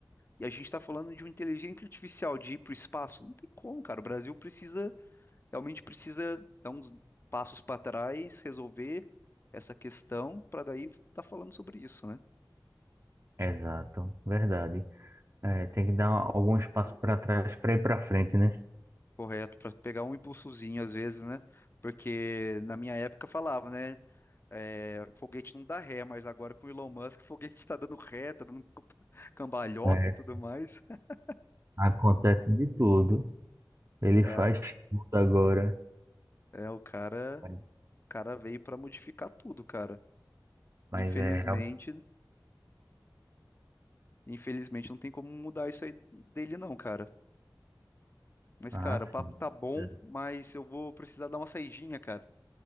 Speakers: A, on the left; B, on the right.
A: E a gente está falando de uma inteligência artificial de ir para o espaço. Não tem como, cara. O Brasil precisa, realmente precisa dar uns passos para trás, resolver essa questão, para daí estar falando sobre isso, né?
B: Exato, verdade. É, tem que dar algum espaço para trás para ir para frente, né?
A: Correto, para pegar um impulsozinho às vezes, né? Porque na minha época falava, né? É, foguete não dá ré, mas agora com o Elon Musk, <laughs> o foguete tá dando ré, tá dando <laughs> cambalhota
B: É,
A: e tudo mais. <laughs>
B: acontece de tudo. Ele
A: Cara,
B: faz tudo agora,
A: é, o cara,
B: mas
A: o cara veio para modificar tudo, cara.
B: mas
A: Infelizmente,
B: é real.
A: infelizmente não tem como mudar isso aí dele não, cara. Mas,
B: Ah,
A: cara,
B: sim.
A: o papo tá bom,
B: É,
A: mas eu vou precisar dar uma saidinha, cara.